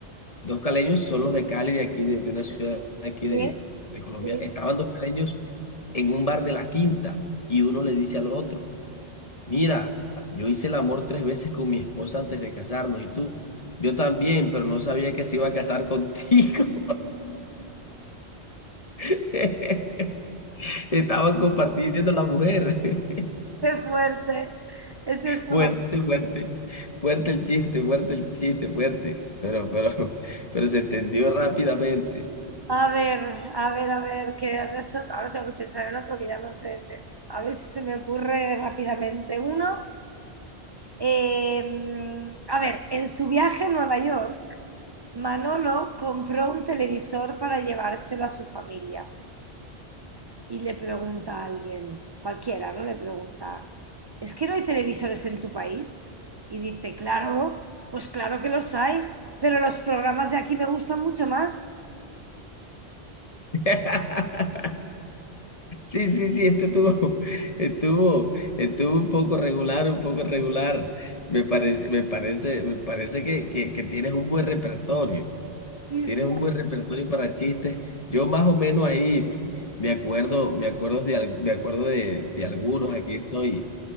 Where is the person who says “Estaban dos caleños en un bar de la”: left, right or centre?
Left